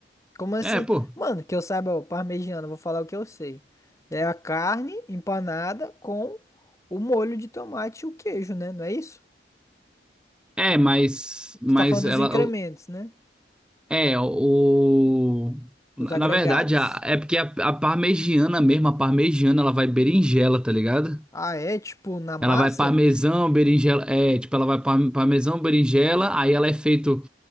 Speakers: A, on the left (about 15°); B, in the centre.
A: Como assim?
B: é, pô.
A: Mano, que eu saiba, o parmegiana, vou falar o que eu sei. É a carne empanada com o molho de tomate e o queijo, né? Não é isso?
B: É, mas, mas
A: Tu tá falando dos
B: ela.
A: incrementos, né?
B: É, o. Na
A: Os agregados.
B: na verdade, a- é porque a, a parmegiana mesmo, a parmegiana, ela vai berinjela, tá ligado?
A: Ah, é? Tipo, na massa?
B: Ela vai parmesão, berinjela. É, tipo, ela vai par- parmesão, berinjela, aí ela é feito